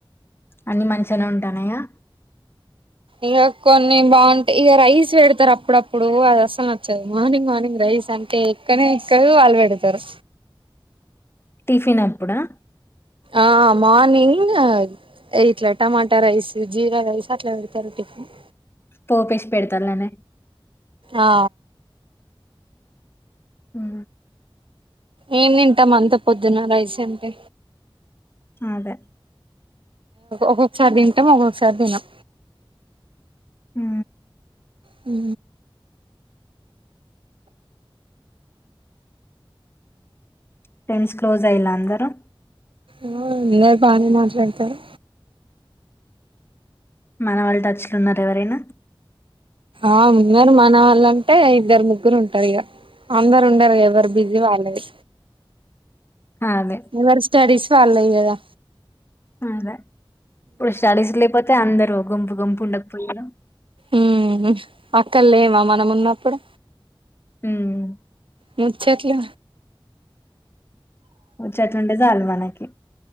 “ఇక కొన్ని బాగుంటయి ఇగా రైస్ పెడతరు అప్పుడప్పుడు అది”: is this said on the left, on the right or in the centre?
Right